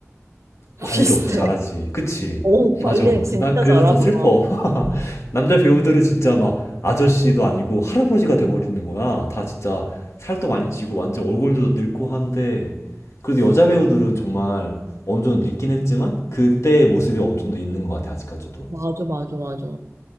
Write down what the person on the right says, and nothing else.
<laughs>
비슷해.
오, 관리를
진짜
잘하더라.
맞아, 맞아, 맞아.